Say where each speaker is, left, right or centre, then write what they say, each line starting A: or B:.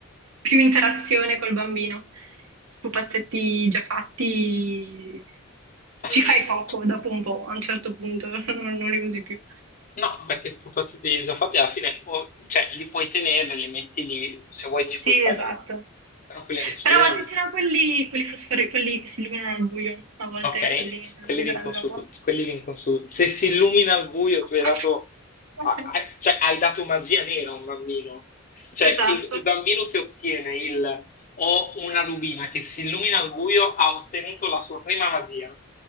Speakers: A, on the right (about 85°); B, on the left (about 40°).
A: più interazione col bambino. Pupazzetti già fatti
B: <laughs>
A: ci fai poco dopo un po', a un certo punto <laughs> non, non li usi più.
B: No, perché propositi già fatti alla fine, o- cioè li puoi tenere, li metti lì, se vuoi ci
A: Sì,
B: puoi fare
A: esatto.
B: la però quelli alla cucina
A: Però a volte
B: no.
A: c'erano quelli, quelli fosfore- quelli che si illuminano al buio, a volte
B: Ok,
A: quelli erano
B: quelli di
A: grande
B: inconsulto,
A: roba.
B: quelli di inconsulto. Se si illumina al buio,
A: <laughs>
B: tu hai dato, a- a- cioè, hai dato magia nera a un bambino. Cioè,
A: Esatto,
B: il, il bambino che ottiene il o una rubina che si illumina al buio ha ottenuto la sua prima magia.